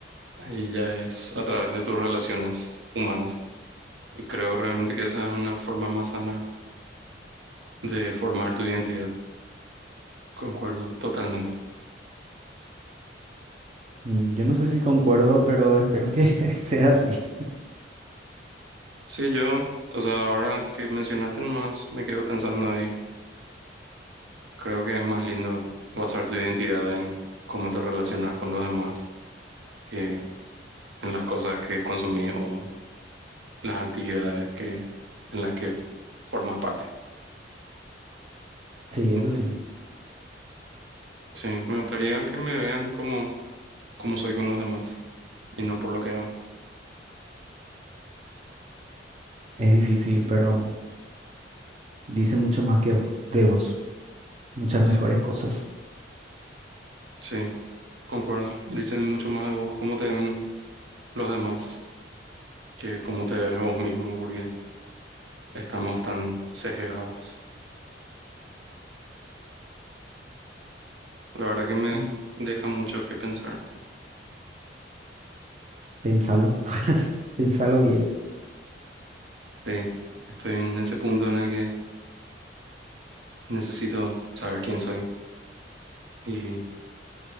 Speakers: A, on the right (about 85°); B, on the right (about 35°).
A: Ahí ya es a través de tus relaciones humanas. Y creo realmente que esa es una forma más sana de formar tu identidad. Concuerdo totalmente.
B: Mm, Yo no sé si concuerdo, pero espero que <laughs> sea así.
A: Sí, yo, o sea, ahora que mencionaste nomás, me quedo pensando ahí. Creo que es más lindo basar tu identidad en cómo te relacionas con los demás. que en las cosas que consumís o las actividades que, en las que f- formas parte.
B: Sí, eso
A: Mm.
B: sí.
A: Sí, me gustaría que me vean como, como soy con los demás y no por lo que hago.
B: Es difícil, pero dice mucho más que vos, de vos. Muchas
A: Sí,
B: mejores cosas.
A: sí, concuerdo. Dicen mucho más de vos cómo te ven los demás que cómo te ves vos mismo porque estamos tan sesgados. La verdad que me
B: Mm,
A: deja mucho que pensar.
B: Pensalo. <laughs> Pensalo bien.
A: Sí, estoy en ese punto en el que necesito saber quién soy y